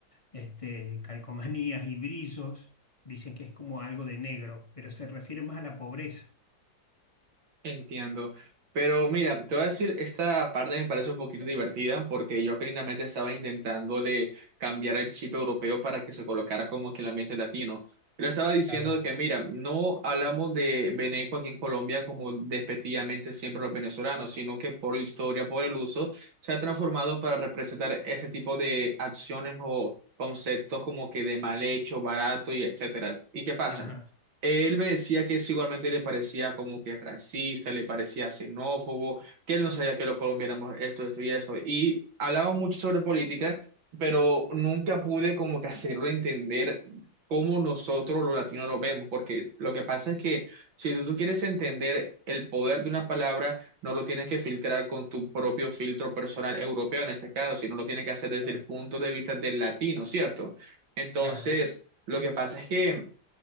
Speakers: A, on the left; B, on the right.
A: este, calcomanías y brillos, dicen que es como algo de negro, pero se refiere más a la pobreza.
B: Entiendo. Pero mira, te voy a decir, esta parte me parece un poquito divertida porque yo genuinamente estaba intentándole cambiar el chip europeo para que se colocara como que el ambiente latino. Pero estaba diciendo
A: Claro.
B: que, mira, no hablamos de Beneco aquí en Colombia como despectivamente siempre los venezolanos, sino que por la historia, por el uso, se ha transformado para representar este tipo de acciones o conceptos como que de mal hecho, barato y etcétera. ¿Y qué pasa?
A: Ajá,
B: Él me decía que eso igualmente le parecía como que racista, le parecía xenófobo, que él no sabía que los colombianos éramos esto, esto y esto. Y hablaba mucho sobre política, pero nunca pude como que hacerlo entender cómo nosotros los latinos lo vemos, porque lo que pasa es que si tú, tú quieres entender el poder de una palabra, no lo tienes que filtrar con tu propio filtro personal europeo en este caso, sino lo tienes que hacer desde
A: claro,
B: el punto de vista del latino, ¿cierto? Entonces,
A: claro,
B: lo que pasa es que...